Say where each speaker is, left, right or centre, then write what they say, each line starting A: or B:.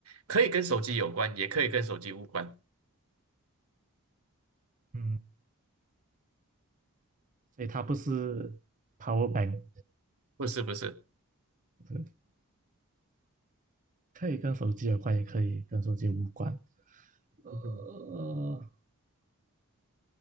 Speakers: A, on the right; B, on the right.
A: 可以跟手机有关，也可以跟手机无关，
B: 嗯，所以它不是 power bank，
A: 不是不是，
B: 是可以跟手机有关，也可以跟手机无关。呃，
A: 嗯哼